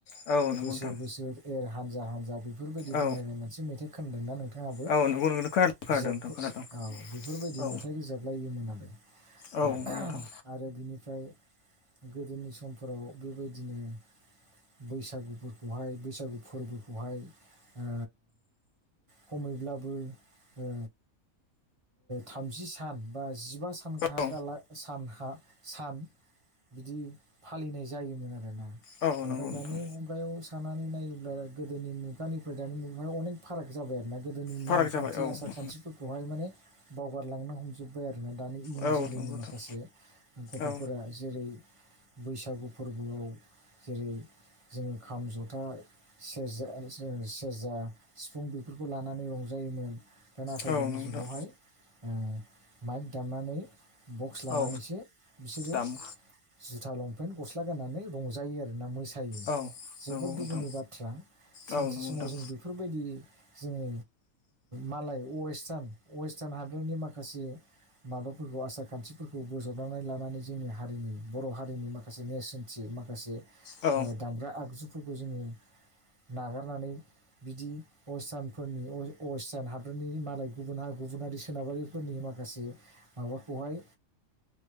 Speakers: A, on the left; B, on the right.
A: औ नंगौ
B: बोसोर
A: नोंथां
B: बोसोर एर हानजा हानजा बेफोरबायदि
A: औ
B: बुंलायनाय मोनसे मेथाइ खोनदोंना नोंथाङाबो
A: औ नंगौ नंगौ खोनादों खोनादों
B: बिजाबफो
A: नोंथां खोनादों
B: औ बेफोरबायदि
A: औ
B: मेथाइ रोजाबलायोमोनालाय
A: औ
B: ओ
A: नंगौ
B: <unintelligible>
A: नोंथां
B: आरो बिनिफ्राय गोदोनि समफोराव बेबायदिनो बैसागुफोरखौहाय बैसागु फोरबोखौहाय ओ खमैब्लाबो ओ थामजि सान बा जिबा सानखागाला
A: औ
B: सानखा सान बिदि फालिनाय जायोमोन आरोना।
A: औ
B: ओमफाय
A: नंगौ नोंथां
B: दानि मुगायाव सानानै नायोब्ला गोदोनि मुगानिफ्राय दानि मुगायाव अनेक फाराग जाबाय आरोना। गोदोनि
A: फाराग
B: नियम खान्थि
A: जाबाय औ
B: आसार
A: नंगौ
B: खान्थिफोरखौ बहाय माने बावगारलांनो हमजोब्बाय आरो ना दानि इयुन
A: औ
B: जोलैनि
A: नंगौ नोंथां
B: माखासे गथ'फोरा
A: औ
B: जेरै बैसागु फोरबोआव जेरै जोङो खाम ज'था सेरजा जो सेरजा सिफुं बेफोरखौ लानानै रंजायो। जायोमोन दा नाथाय
A: औ
B: दानि
A: नंगौ
B: जुगावहाय
A: नोंथां
B: ओ माइक दामनानै बक्स लानानैसो
A: औ
B: बिसोरो
A: दामो
B: जुथा लंपेन गस्ला गाननानै रंजायो आरोना मोसायो
A: औ
B: जोबोद
A: नंगौ नोंथां
B: दुखुनि बाथ्रा सानसे
A: औ नंगौ
B: समाव
A: नोंथां
B: जों बेफोरबायदि जोङो मालाय वेस्टार्न वेस्टार्न हादरनि माखासे माबाफोरखौ आसार खान्थिफोरखौ बोजबनानै लानानै जोंनि हारिनि बर' हारिनि माखासे नेरसोनथि माखासे माखासे
A: औ
B: ओ दामग्रा आगजुफोरखौ जोङो नागारनानै बिदि अस्थानफोरनि अ वेस्टार्न हादरनि मालाय गुबुन हा गुबुन हारि सोनाबारिफोरनि माखासे माबाखौहाय